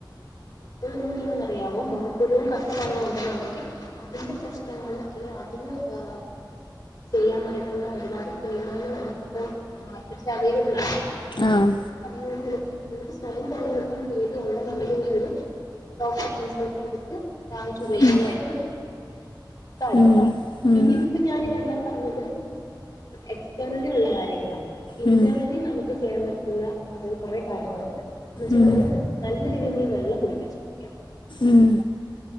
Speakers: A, on the left; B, on the left.
A: അത് എന്ത് ചെയ്യുന്നു. അറിയാവോ മുഖക്കുരുവും കറുത്ത പാടുകളും ഉണ്ടെന്നുണ്ടെങ്കിൽ അതിന്റെ പ്രശ്നങ്ങൾ അല്ലെ അതിന് ഓ. ചെയ്യാൻ പറ്റിയിട്ടുള്ള ഒരുപാട് ക്ലീമുകൾ നമുക്കിപ്പ മാർക്ക അവൈലബിൾ ആ അ
B: ആഹ്
A: പറഞ്ഞക്ക്ക്ക് സ്വയം തതിരഞ്ഞെടുക്കാൻ പേടിയുണ്ടെന്നുള്ളരു ഡോക്ടറെ കൺസൾട്ട് ചെയ്തിട്ട് ഞാങ്ങ ച ഉപയിക്കുകായിരിക്കും
B: ഉം
A: കാര്യം
B: ഉം ഉം
A: പിന്ന ഇതിപ്പോ ഞാാനിതെല്ലാം പറഞ്ഞത് എക്സ്റ്റേർണലി ഉള്ള കാര്യങ്ങളാണ് ഇന്റേർണലി
B: ഉം
A: നമുക്ക് ചെയ്യാൻ പറ്റ ഉള്ള അതിൽ കുറെ കാര്യങ്ങളുണ്ട് എന്നുവച്ചാൽ
B: ഉം
A: നമ്മള് നല്ല വെള്ളം കുടിക്കാൻ ശ്രമിക്കാം
B: ഉം